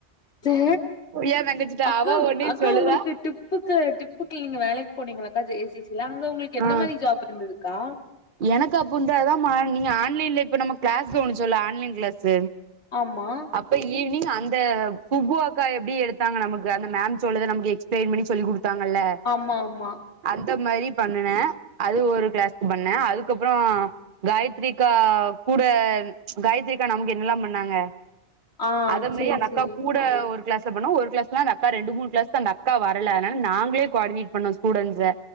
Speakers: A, on the left; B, on the right.
A: சே
B: எ தங்கச்சிகிட்ட
A: அக்கா
B: அவ ஒட்னே
A: அக்கா
B: சொல்லுதா
A: உங்களுக்கு டிப்புக்கு டிப்புக்கு நீங்க வேலைக்கு போனீங்கலக்கா ஜெசிசில அங்க உங்ளுக்கு எந்த
B: ஆ
A: மாரி ஜாப் இருந்ததுக்கா
B: எனக்கு அப்புன்டாதா மார்னிங் ஆன்லைன்ல இப்ப நம்ம க்ளாஸ் கவனிச்சோல ஆன்லைன் க்ளாஸ்சு
A: ஆமா
B: இப்ப ஈவினிங் அந்த சுப்பு அக்கா எப்டி எடுத்தாங்க நமக்கு அந்த மேம் சொல்றத நமக்கு எக்ஸ்ப்ளைன் பண்ணி சொல்லி குடுத் ப்பாங்கல்ல
A: ஆமா ஆமா
B: அந்த மாரி பண்னுனே அது ஒரு க்ளாஸ்க்கு பண்ணே அதுக்கப்றோ காயத்தரிக்கா கூட காயத்தரிக்கா நமக்கு என்னெல்லா பண்ணாங்க
A: ஆ
B: அத மேரி
A: சேரி
B: அந்த அக்கா
A: சேரி
B: கூட ஒரு க்ளாஸ்ல போனோ ஒரு க்ளாஸ்ல அந்த அக்கா ரெண்டு மூணு க்ளாஸ்க்கு அந்தக்கா வரல அதனாள நாங்களே க்வாடினேட் பண்ணோ ஸ்டுடண்ஸ்ச